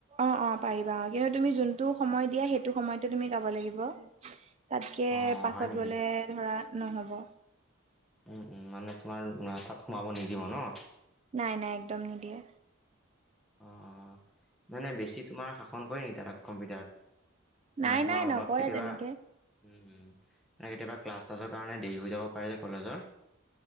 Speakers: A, on the right; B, in the centre.
A: অহ, পাৰিবা কিন্তু তুমি যোনটো সময় দিয়া সেই এইটো সময়ত তুমি যাব লাগিব। তাতকে
B: অ', অ',
A: পাছত
B: হয় নেকি?
A: গ'লে ধৰা নহ'ব।
B: উম', উম' মানে তোমাৰ তাত সোমাব নিদিব ন।
A: নাই নাই একদম নিদিয়ে।
B: অহ' মানে বেছি তোমাৰ শাসন কৰে নেকি তাত, কম্পিউটাৰত। মানে
A: নাই
B: তোমাৰ
A: নাই
B: অলপ
A: নকৰে
B: কেতিয়াবা
A: তেনেকে
B: উম, উম, মানে কেতিয়াবা ক্লাছ চাছৰ কাৰণে দেৰি হৈ যাব। পাৰে যে কলেজৰ।